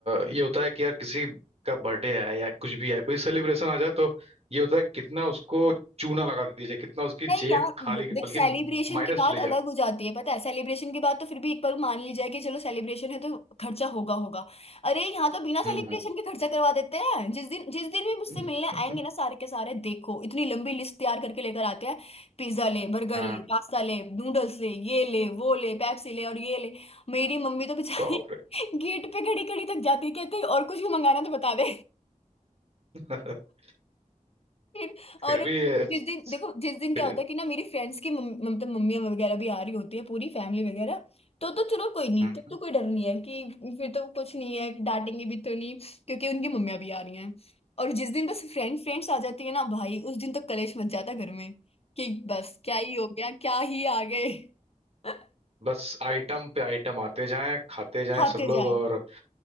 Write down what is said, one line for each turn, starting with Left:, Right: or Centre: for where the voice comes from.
Right: ये होता है कि यार किसी का बर्थडे आया या कुछ भी आया कोई सेलिब्रेशन आ जाए तो ये होता है कि कितना उसको चूना लगा दिया जाए कितना उसकी
Left: नहीं
Right: जेब
Left: यार
Right: खाली
Left: वो देख
Right: बल्कि
Left: सेलिब्रेशन
Right: माइनस
Left: की बात
Right: चले
Left: अलग
Right: जाए
Left: हो जाती है पता है सेलिब्रेशन की बात तो फिर भी एक बार मान ली जाए कि चलो सेलिब्रेशन है तो खर्चा होगा होगा अरे यहाँ तो बिना सेलिब्रेशन
Right: हम्म हम्म।
Left: के खर्चा करवा देते हैं जिस दिन जिस दिन भी मुझसे
Right: <laughs>
Left: मिलने आएंगे ना सारे के सारे देखो इतनी लंबी लिस्ट तैयार करके लेकर आते हैं पिज्जा ले बर्गर
Right: हाँ
Left: ले पास्ता ले नूडल्स ले ये ले वो ले पेप्सी ले और ये ले मेरी मम्मी तो बेचारी
Right: बाप रे
Left: <laughs> गेट पे खड़ी खड़ी तक जाती है, कहती है, और कुछ भी मंगाना है तो बता दे
Right: <laughs>
Left: फिर और
Right: फिर भी ये-
Left: जिस दिन देखो जिस दिन क्या
Right: फिर
Left: होता है कि ना मेरी फ्रेंड्स की मम- मतलब मम्मी वगैरह भी आ रही होती है पूरी फैमिली वगैरह तो तो चलो कोई नहीं
Right: हम्म,
Left: तब तो कोई डर नहीं है कि फिर तो कुछ नहीं है कि डांटेंगे भी तो नहीं क्योंकि उनकी मम्मियाँ भी आ रही हैं और जिस दिन बस फ्रेंड फ्रेंड्स आ जाती है ना भाई उस दिन तो कलेश मच जाता घर में कि बस क्या ही हो गया क्या ही आ गए <laughs>
Right: बस आइटम पे आइटम आते जाएं खाते जाएं
Left: खाते
Right: सब
Left: जाए
Right: लोग और